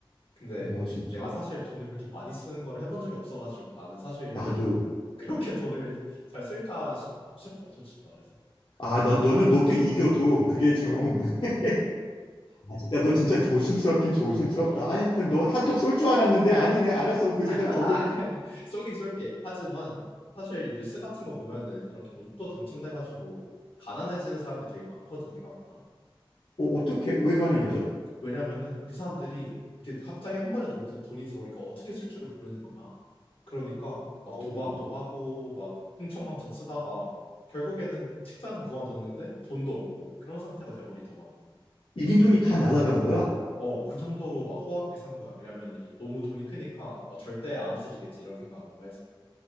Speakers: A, on the left; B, on the left.
A: 근데
B: 어, 진짜.
A: 내가 사실 돈을 그렇게 많이 쓰는 걸 해본 적이 없어가지고 나는 사실
B: 나도.
A: 그렇게 돈을 잘 쓸까 싶어, 싶어, 솔직히 말해서.
B: 아, 너, 너는 롯데 이겨도 그게 좀,
A: 어,
B: <laughs> 아, 진짜 너 진짜 조심스럽긴 조심스럽다.
A: 어.
B: 아이, 그냥 너 한턱 쏠 줄 알았는데 아니네. 알았어. 그 생각
A: <laughs>
B: 접을게.
A: 아, 아니, 아니. 쏘긴 쏠게. 하지만 사실 뉴스 같은 거 보면은 이렇게 로또 당첨돼가지고 가난해지는 사람들이 되게 많거든, 생각보다.
B: 어, 어떡해? 왜 가난해져?
A: 왜냐면은 그 사람들이 이렇게 갑자기 한 번에 돈, 돈이 들어오니까 어떻게 쓸 줄을 모르는 거야. 그러니까 막
B: 어.
A: 도박도 하고 막 흥청망청 쓰다가 결국에는 직장 그만뒀는데 돈도 없고 그런 상태가 돼버리더라고.
B: 이긴 돈이 다 날아간 거야.
A: 어, 그 정도로 막 호화롭게 산 거야. 왜냐면은 이- 너무 돈이 크니까 어, 절대 안 없어지겠지 이런 생각으로 해서.